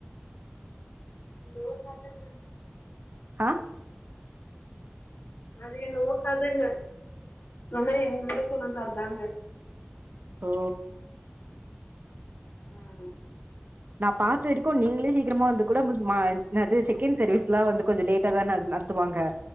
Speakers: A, on the left; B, on the right.
A: <inaudible>
B: அ
A: அது என்னமோ கதங்க ஆனா எங்ககிட்ட சொன்னது அத்தாங்க
B: ஓ
A: ம்
B: நா பாத்த வரைக்கு நீங்களே சீக்கிரமா வந்து கூட <unintelligible> என்னது செகண்ட் சர்வீஸ் எலா வந்து கொஞ்சோ லேட்டா தா நல்லா த்துவாங்க